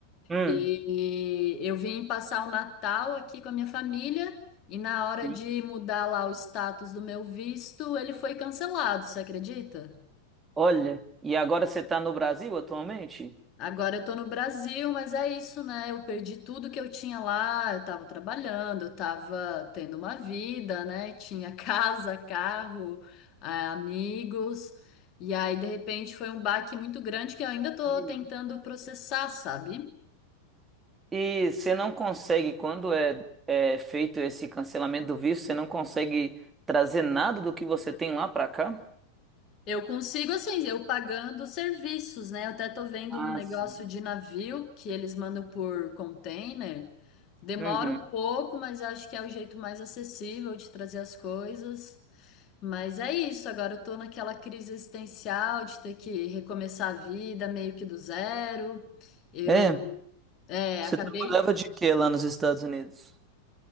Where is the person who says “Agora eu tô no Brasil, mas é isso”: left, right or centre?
Left